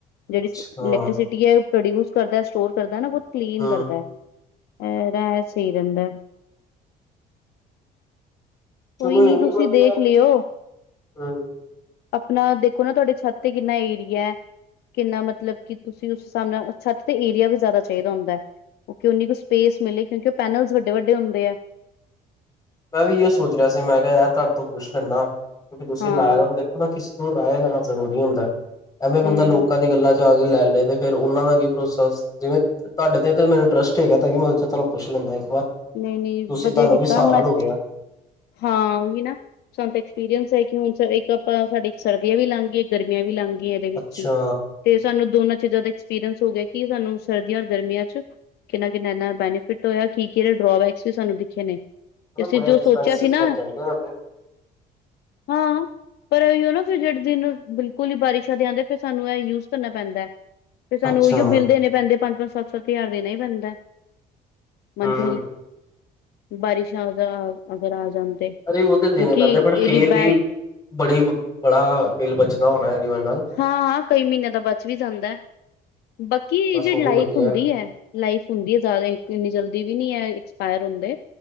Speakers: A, on the left (about 75°); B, on the left (about 20°).
A: ਜਿਹੜੀ
B: ਅੱਛਾ
A: ਸ ਇਲੈਕਟ੍ਰੀਸਿਟੀ ਹੈ, ਪ੍ਰੋਡਿਊਸ ਕਰਦੈ, ਸਟੋਰ ਕਰਦੈ ਨਾ, ਓਹ ਕਲੀਨ
B: ਹਮ
A: ਕਰਦੈ। ਐ ਰਾ ਐ ਸਹੀ ਰੈਂਦੈ।
B: ਚਲੋ
A: ਕੋਈ ਨਹੀਂ,
B: ਇਹ ਵੀ
A: ਤੁਸੀਂ
B: ਵਧੀਆ
A: ਦੇਖ ਲਿਓ।
B: ਹਮ
A: ਆਪਣਾ ਦੇਖੋ ਨਾ ਤੁਹਾਡੇ ਛੱਤ ਤੇ ਕਿੰਨਾ ਏਰੀਐ। ਕਿੰਨਾ ਮਤਲਬ ਕਿ ਤੁਸੀਂ, ਉਸ ਹਿਸਾਬ ਨਾਲ ਛੱਤ ਤੇ ਏਰੀਆ ਵੀ ਜ਼ਿਆਦਾ ਚਾਹੀਦਾ ਹੁੰਦੈ। ਓਕੇ, ਉਨੀ ਕੁ ਸਪੇਸ ਮਿਲੇ ਕਿਉਂਕਿ ਉਹ ਪੈਨਲਜ਼ ਵੱਡੇ-ਵੱਡੇ ਹੁੰਦੇ ਐ।
B: ਮੈਂ ਵੀ ਇਯੋ ਸੋਚ ਰਿਹਾ ਸੀ, ਮੈਂ ਕਿਹਾ ਯਾਰ ਤੁਹਾਡੇ ਤੋਂ ਪੁੱਛ ਲੈਂਦਾ, ਕਿਉੰਕਿ ਤੁਸੀਂ
A: ਹਾਂ
B: ਲਾਇਆ ਦਾ ਹੁਣ ਦੇਖੋ ਨਾ, ਕਿਸੇ ਤੋਂ ਰਾਏ ਲੈਣਾ ਜ਼ਰੂਰੀ ਹੁੰਦੈ। ਐਵੇਂ ਬੰਦਾ
A: ਹੂੰ
B: ਲੋਕਾਂ ਦੀ ਗੱਲਾਂ 'ਚ ਆ ਕੇ ਲੈ ਲੇ, ਤੇ ਫੇਰ ਉਹਨਾਂ ਦਾ ਕੀ ਭਰੋਸਾ, ਜਿਵੇਂ ਤੁਹਾਡੇ ਤੇ ਤੇ ਮੈਨੂੰ ਟਰਸਟ ਹੈਗਾ ਤਾਂਇਯੋਂ ਮੈਂ ਸੋਚਿਆ ਤੁਹਾਨੂੰ ਪੁੱਛ ਲੈਂਦਾ ਇੱਕ ਵਾਰ,
A: ਨਹੀਂ ਨਹੀਂ
B: ਤੁਸੀਂ,
A: ਵਧੀਆ
B: ਤੁਹਾਨੂੰ
A: ਕੀਤਾ
B: ਵੀ ਸਾਲ
A: ਮੈਂ
B: ਹੋ ਗ ਗਿਆ।
A: ਹਾਂ, ਉਹੀ ਨਾ। ਸਾਨੂੰ ਤੇ ਐਕਸਪੀਰੀਅੰਸ ਹੈ ਕਿ ਹੁਣ ਸਾ ਇੱਕ ਆਪਾਂ ਸਾਡੀ ਇੱਕ ਸਰਦੀਆਂ ਵੀ ਲੰਘ ਗੀ, ਇੱਕ ਗਰਮੀਆਂ ਵੀ ਲੰਘ ਗੀ ਏ। ਦੇ ਵਿੱਚ
B: ਅੱਛਾ
A: ਹੀ ਤੇ, ਸਾਨੂੰ ਦੋਨਾਂ 'ਚ ਜਿਆਦਾ ਐਕਸਪ ਪੀਰਨਸ ਹੋ ਗਿਆ ਕਿ ਸਾਨੂੰ ਸਰਦੀਆਂ ਔਰ ਗਰਮੀਆਂ ਚ' ਕਿੰਨਾ-ਕਿੰਨਾ ਇੰਨਾ ਬੈਨੀਫਿਟ ਹੋਇਆ, ਕਿ-ਕਿ ਕਿਹੜੇ ਡਰੋਬੈਕਸ ਵੀ ਸਾਨੂੰ ਦਿਖੇ ਨੇ, ਤੇ
B: ਮਤਲਬ
A: ਅਸੀਂ
B: ਬੜੇ
A: ਜੋ
B: ਐਕਸਪੈਂਸਿਸ
A: ਸੋਚਿਆ ਸੀ ਨਾ
B: ਬਚ ਜਾਂਦੇ ਉਹਨਾਂ ਦੇ
A: ਹਾਂ। ਪਰ ਐਈਓ ਨਾ ਫਿਰ ਜਿਹੜੇ, ਜਿਨੂੰ ਬਿਲਕੁਲ ਹੀ ਬਾਰਿਸ਼ਾਂ ਦੇ ਆਉਂਦੇ ਫਿਰ ਸਾਨੂੰ ਇਹ ਯੂਜ ਕਰਨਾ ਪੈਂਦੈ। ਫਿਰ ਸਾਨੂੰ
B: ਅੱਛਾ
A: ਉਹੀਓ ਬਿੱਲ ਦੇਣੇ ਪੈਂਦੇ, ਪੰਜ-ਪੰਜ, ਸੱਤ-ਸੱਤ ਹਜ਼ਾਰ ਦੇਣਾ ਹੀ ਪੈਂਦੈ। ਮੰਥਲੀ,
B: ਹੂੰ
A: ਬਾਰਿਸ਼ਾਂ ਵਗਾ ਅਗਰ ਆ ਜਾਨ ਤੇ।
B: ਅਰੇ ਉਹ ਤੇ ਦੇਣੇ
A: ਕਿਉਂਕਿ
B: ਪੈਂਦੇ,
A: ਇਹਦੀ
B: ਬਟ ਫੇਰ ਵੀ
A: ਬੈਟ
B: ਬੜੇ ਬੜਾ ਬਿੱਲ ਬਚਦਾ ਹੋਣਾ, ਏਦੀ ਵਜਾ ਨਾਲ
A: ਹਾਂ ਹਾਂ, ਕਈ ਮਹੀਨਿਆਂ ਦਾ ਬਚ ਵੀ ਜਾਂਦੈ, ਬਾਕੀ ਇਹਦੀ
B: ਬਸ ਉਹ
A: ਲਾਈਫ
B: ਵੀ ਵਧੀਆ
A: ਹੁੰਦੀ ਐ। ਲਾਈਫ ਹੁੰਦੀ ਐ ਜਿਆਦਾ, ਇਕ ਇੰਨੀ ਜਲਦੀ ਵੀ ਨਹੀਂ ਇਹ ਐਕਸਪਾਇਰ ਹੁੰਦੇ।